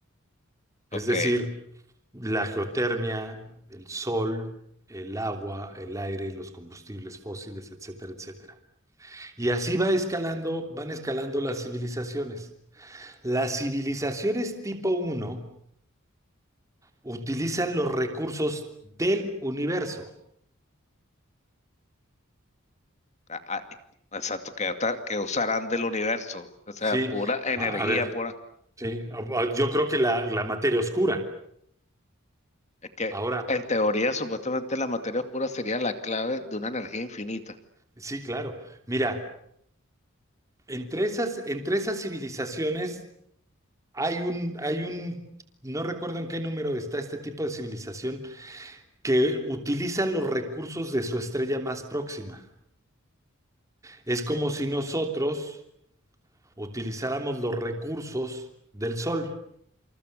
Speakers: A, on the left; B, on the right.
A: Ok,
B: Es decir, La geotermia, el sol, el agua, el aire, los combustibles fósiles, etcétera, etcétera. Y así va escalando, van escalando las civilizaciones. Las civilizaciones tipo uno utilizan los recursos del universo.
A: a- a- exacto, que, hasta- que usarán del universo, o sea,
B: Sí,
A: pura energía,
B: a, a ver,
A: pura.
B: sí, a- a- yo creo que la, la materia oscura.
A: Es que
B: Ahora,
A: en teoría, supuestamente la materia oscura sería la clave de una energía infinita.
B: sí, claro. Mira, entre esas, entre esas civilizaciones hay un, hay un, no recuerdo en qué número está este tipo de civilización que utiliza los recursos de su estrella más próxima. Es como si nosotros utilizáramos los recursos del Sol.